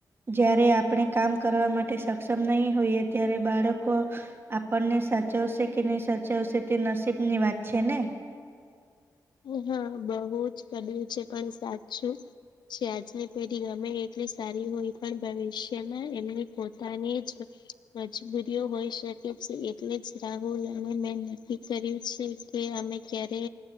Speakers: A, on the right; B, on the left.
A: જયારે આપણે કામ કરવા માટે સક્ષમ નહી હોઈએ ત્યારે બાળકો આપણને સાચવશે કે નહીં સાચવશે તે નસીબની વાત છે ને.
B: હા બહુજ કબિર છે પણ સાચું છે આજની પેઢી ગમે એટલી સારી હોય પણ ભવિષ્યમાં એમની પોતાનીજ મજબૂરીઓ હોઈ શકે છે, એટલે જ રાહુલ અને મેં નક્કી કર્યું છે. કે અમે ક્યારે